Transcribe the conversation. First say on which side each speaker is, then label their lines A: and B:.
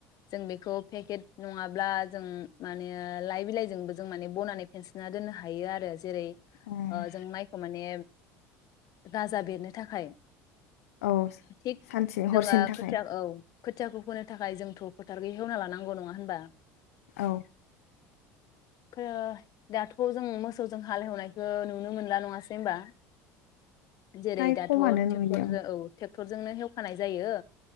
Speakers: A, on the left; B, on the left.
A: जों बेखौ पेकेट नङाब्ला जों माने लाइ बिलाइजोंबो जों माने बनानै फेनसना दोननो हायो आरो जेरै
B: ओं,
A: ओ जों माइखौ माने गाजा बेरनो थाखाय
B: औ
A: थिग
B: सानसे
A: जोङो
B: हरसेनि थाखाय
A: खोथिया औ खोथ खोथियाखौ फोनो थाखाय जोंथ फोथार गै एवना लानांगौ नङा होनबा।
B: औ
A: <unintelligible> दाथ जों मोसौजों हाल एवनायखो नुनो मोनला नङासै होनमबा। जेरै
B: फ्राय
A: दाथ
B: खमानो
A: ट्रेक्टर
B: नुयो
A: जों औ टे ट्रेक्टरजोंनो हेवखानाय जायो।